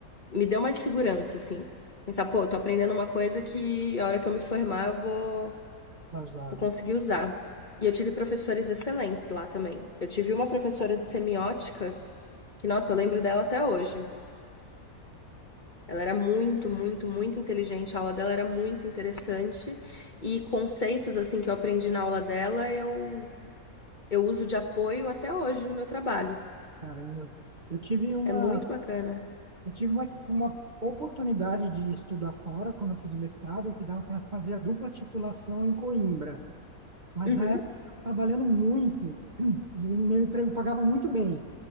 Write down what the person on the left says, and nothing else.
me deu mais segurança, assim. Pensar, pô, tô aprendendo uma coisa que a hora que eu me formar eu vou,
vou
conseguir usar. E eu tive professores excelentes lá também. Eu tive uma professora de semiótica, que, nossa, eu lembro dela até hoje. Ela era muito, muito, muito inteligente, a aula dela era muito interessante e conceitos assim que eu aprendi na aula dela, eu eu uso de apoio até hoje no meu trabalho.
É muito bacana.
Uhum.